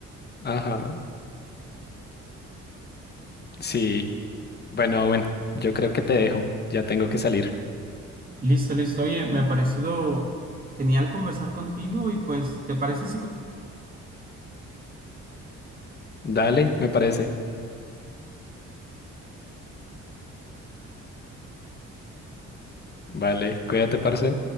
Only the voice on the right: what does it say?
Listo, listo. Oye, me ha parecido genial conversar contigo y pues, ¿te parece